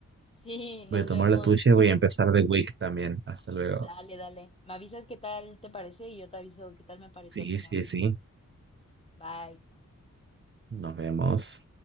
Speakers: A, on the left; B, on the right.
A: Sí, nos
B: Voy a tomar
A: vemos.
B: la tuya y voy a empezar The Week también. Hasta luego.
A: Dale, dale. Me avisas qué tal te parece y yo te aviso qué tal me pareció
B: Sí,
A: al final
B: sí,
A: esta.
B: sí,
A: Bye.
B: nos vemos.